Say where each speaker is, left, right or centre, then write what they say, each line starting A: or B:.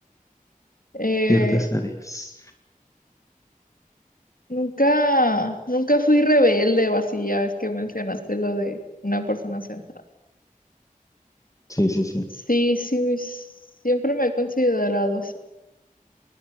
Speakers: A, on the left; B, on the left.
A: Eh,
B: Ciertas áreas.
A: nunca, nunca fui rebelde o así, ya ves que mencionaste lo de una persona centrada.
B: Sí, sí, sí.
A: Sí, sí, siempre me he considerado así.